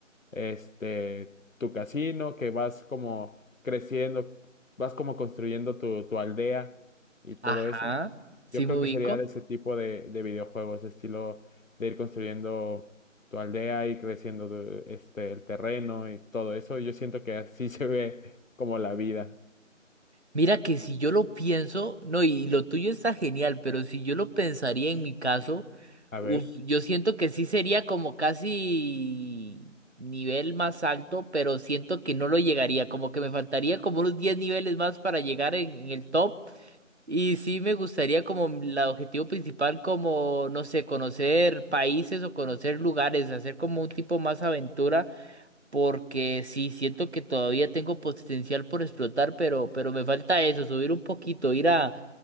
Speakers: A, on the left (about 85°); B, on the right (about 55°).
A: este tu casino, que vas como creciendo, vas como construyendo tu, tu aldea y todo
B: Ajá,
A: eso.
B: sí
A: Yo creo
B: me ubico.
A: que sería de ese tipo de, de videojuegos, estilo de ir construyendo tu aldea y creciendo de- este, el terreno y todo eso. Yo siento que así <laughs> se ve como la vida.
B: Mira que si yo lo pienso, no, y lo tuyo está genial, pero si yo lo pensaría en mi caso,
A: A
B: uf,
A: ver.
B: yo siento que sí sería como casi nivel más alto, pero siento que no lo llegaría, como que me faltaría como unos 10 niveles más para llegar en, en el top. Y sí me gustaría como el objetivo principal, como, no sé, conocer países o conocer lugares, hacer como un tipo más aventura porque sí, siento que todavía tengo potencial por explotar, pero, pero me falta eso, subir un poquito, ir a,